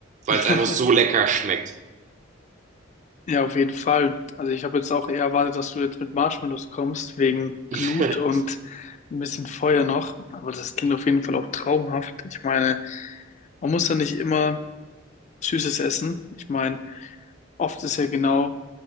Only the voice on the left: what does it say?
<laughs>
Ja, auf jeden Fall. Also ich habe jetzt auch eher erwartet, dass du jetzt mit Marshmallows kommst, wegen Glut
und ein bisschen Feuer noch. Aber das klingt auf jeden Fall auch traumhaft. Ich meine, man muss ja nicht immer Süßes essen. Ich meine, oft ist ja genau